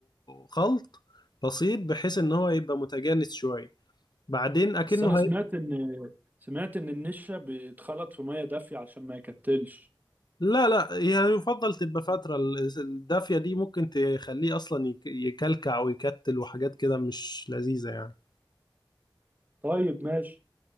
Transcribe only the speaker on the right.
بس انا سمعت ان سمعت ان النشا بيتخلط في ميه دافيه عشان ما يكتلش
طيب ماشي